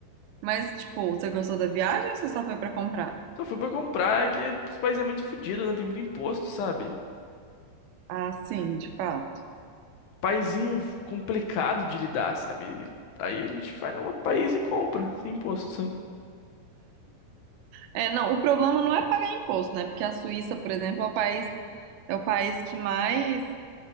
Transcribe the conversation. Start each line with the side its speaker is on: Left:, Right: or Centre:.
Right: Mas, tipo, você gostou da viagem ou você só foi para comprar?
Left: Só fui pra comprar, é que os países é muito fodido, não tem muito imposto, sabe?
Right: Ah, sim, de fato.
Left: Paizinho complicado de lidar, sabe? Aí a gente vai num outro país e compra, sem imposto, sabe?
Right: É, não, o problema não é pagar imposto, né? Porque a Suíça, por exemplo, é o país, é o país que mais,